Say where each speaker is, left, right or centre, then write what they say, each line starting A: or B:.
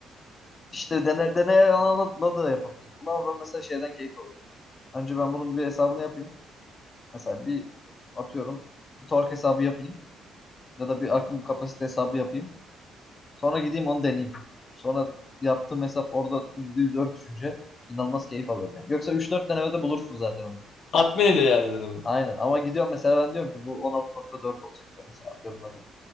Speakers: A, on the left; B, on the left.
A: İşte dene, deneye yanıla da yapabilir. Buna ben mesela şeyden keyif alıyorum. Önce ben bunun bir hesabını yapayım. Mesela bir atıyorum bir tork hesabı yapayım ya da bir akım kapasite hesabı yapayım. Sonra gideyim onu deneyeyim. Sonra yaptığım hesap orada %100 örtüşünce inanılmaz keyif alıyorum yani. Yoksa üç dört denemede bulursun zaten onu.
B: Tatmin ediyor yani dedi bu.
A: Aynen ama gidiyorum mesela ben diyorum ki bu on altı nokta dört olacak diyorum mesela atıyorum bakalım.